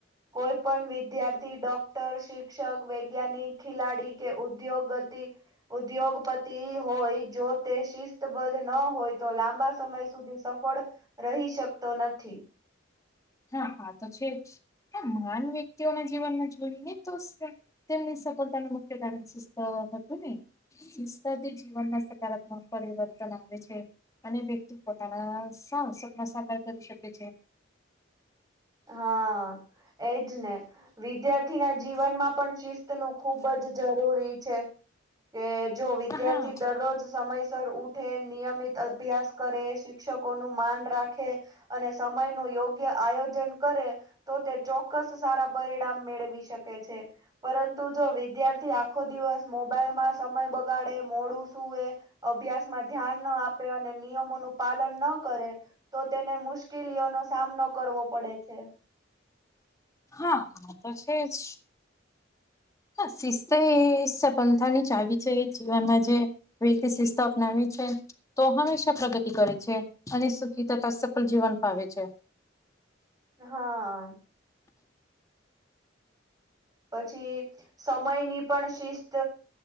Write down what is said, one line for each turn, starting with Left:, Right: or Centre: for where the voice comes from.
Right: કોઈ પણ વિદ્યાર્થી, ડોક્ટર, શિક્ષક, વૈજ્ઞાનિક, ખેલાડી કે ઉદ્યોગતિ ઉદ્યોગપતિ હોય, જો તે શિસ્તબદ્ધ ન હોય, તો લાંબા સમય સુધી સફળ રહી શકતો નથી.
Left: હા, આ તો છે જ, આ મહાન વ્યક્તિઓના જીવનમાં જોઈને તો તેમની સફળતાનું મુખ્ય કારણ સિસ્થ હતું ને?. શિસ્તથી જીવનમાં સકારાત્મક પરિવર્તન આવે છે. અને વ્યક્તિ પોતાના સાહસમાં સાકાર કરી શકે છે.
Right: હા, એજ ને. વિદ્યાર્થીના જીવનમાં પણ શિસ્ત નું ખુબ જ જરૂરી છે. કે, જો વિદ્યાર્થી
Left: હા
Right: દરરોજ સમયસર ઉઠે, નિયમિત અભ્યાસ કરે, શિક્ષકોનું માન રાખે અને સમય નું યોગ્ય આયોજન કરે તો, તે ચોક્કસ સારા પરિણામ મેળવી શકે છે. પરંતુ જો વિદ્યાર્થી આખો દિવસ મોબાઈલમાં સમય બગાડે, મોડું સુૂવે અભ્યાસમાં ધ્યાન ના આપે, અને નિયમોનું પાલન ના કરે, તો તેને મુશ્કેલીઓ નો સામનો કરવો પડે છે.
Left: હા, આ તો છે જ. હ, શિસ્ત એ સફલતાની ચાવી છે, જીવનમાં જે <inaudible> શિસ્ત અપનાવે છે. તો હંમેશા પ્રગતિ કરે છે, અને સુખી તથા સફળ જીવન ફાવે છે.
Right: હા. પછી સમયની પણ શિસ્ત